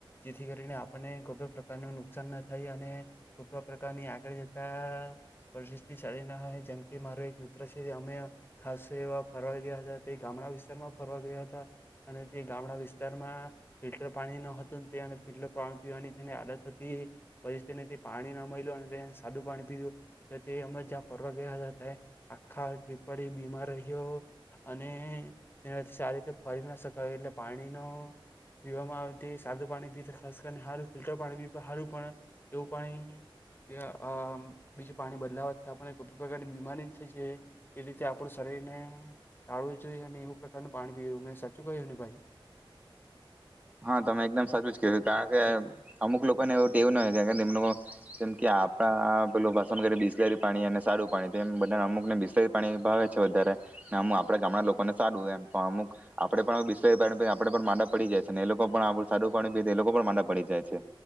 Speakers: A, on the left; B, on the right.
A: જેથી કરીને આપણને કોઈપણ પ્રકારનું નુકસાન ન થાય અને કોઈપણ પ્રકારની આગળ જતા પરિસ્થિતિ સારી <unintelligible> જેમ કે મારો એક મિત્ર છે, અમે ખાસ એવા ફરવા ગયા હતા તે ગામડા વિસ્તારમાં ફરવા ગયા તા અને તે ગામડા વિસ્તારમાં ફિલ્ટર પાણી ન હતું, <unintelligible> ફિલ્ટર પાણી પીવાની તેને આદત હતી. પરિથિતિને પાણી ન મયલું અને તેને સાદું પાણી પીધું, એટલે તે અમે જ્યાં ફરવા ગયા હતા ત્યા આખા ટ્રીપ પર ઈ બીમાર રહ્યો અને તેનાથી સારી રીતે ફરી ના શકાયું, એટલે પાણીનો પીવામાં આવે તે સાદું પાણી પીતા ખાસ કરીને હારું ફિલ્ટર પાણી પી સારું પણ એવું જો પાણી અહ બીજું પાણી બદલાવાથી આપણને <unintelligible> ની બીમારી થઈ જાય, એ રીતે આપણું શરીરને ટાળવું જોઈએ, અને એવું પ્રકારનું પાણી પીયું, મેં સાચું કહ્યું ને ભાઈ?
B: હા તમે એકદમ સાચું જ કીધું, કારણ કે અમુક લોકોને એવું ટેવ ન હોય કારણ કે તેમનું જેમ કે આપણા પેલું <unintelligible> કરી બિસ્લેરી પાણી અને સારું પાણી તો એમ બધા અમુકને બિસ્લેરી પાણી ભાવે છે વધારે, ને આમા આપડા ગામડા લોકોને સારું એમ, પણ અમુક આપડે પણ બિસ્લેરી પાણી <unintelligible> આપણેે પણ માંદા પડી જાય. અને એ લોકો પણ આવું સાદું પાણી પીએ તો લોકો પણ પડી જાય છે.